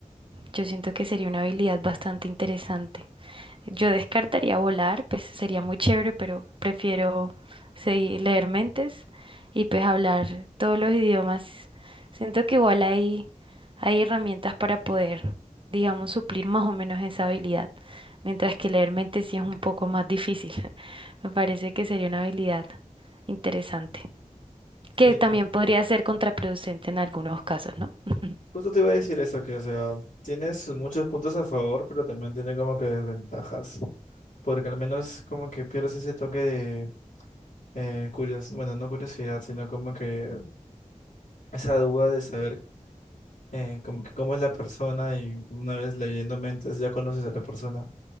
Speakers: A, on the right (about 40°); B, on the left (about 80°).
A: Yo siento que sería una habilidad bastante interesante. Yo descartaría volar, pues sería muy chévere, pero prefiero seguir leer mentes y pues hablar todos los idiomas. Siento que igual hay, hay herramientas para poder, digamos, suplir más o menos esa habilidad, mientras que leer mentes sí es un poco más difícil. <laughs> Me parece que sería una habilidad interesante, que
B: Sí,
A: también podría ser contraproducente en algunos casos, ¿no? <laughs>
B: justo te iba a decir eso, que, o sea, tienes muchos puntos a favor, pero también tiene como que desventajas, porque al menos como que pierdes ese toque de eh, curios, bueno, no curiosidad, sino como que esa duda de saber eh, como que cómo es la persona y una vez leyendo mentes ya conoces a la persona,